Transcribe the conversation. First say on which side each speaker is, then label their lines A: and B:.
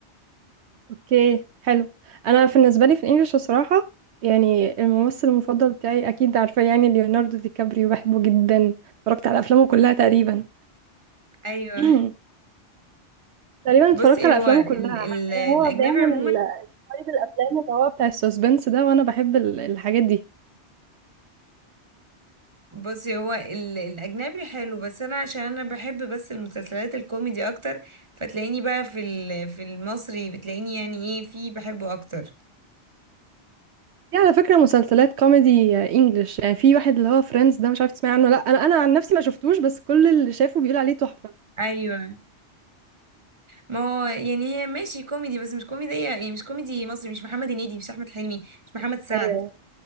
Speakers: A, on the right (about 75°); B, on the right (about 25°).
A: اوكي حلو انا بالنسبة لي في الانجليش الصراحة يعني الممثل المفضل بتاعي اكيد عارفاه يعني ليوناردو دي كابريو بحبه جدا اتفرجت على افلامه كلها تقريبا
B: ايوه
A: <clears throat> تقريبا
B: بصي
A: اتفرجت على
B: هو
A: افلامه
B: ال
A: كلها
B: ال
A: حرفيا
B: الاجنبي
A: هو بيعمل
B: عموما
A: ال- طيب الافلام اللي هو بتاع السسبنس ده وانا بحب ال- الحاجات دي
B: بصي هو ال- الاجنبي حلو بس انا عشان انا بحب بس المسلسلات الكوميدي اكتر فتلاقيني بقى في ال- في المصري بتلاقيني يعني ايه في بحبه اكتر
A: في على فكرة مسلسلات كوميدي انجلش يعني في واحد اللي هو فريندز ده مش عارف تسمعي عنه لا انا انا عن نفسي ما شفتوش بس كل اللي شافه بيقول عليه تحفة
B: ايوه ما هو يعني هي ماشي كوميدي بس مش كوميدية يعني مش كوميدي مصري مش محمد هنيدي مش احمد حلمي مش محمد سعد
A: ايوه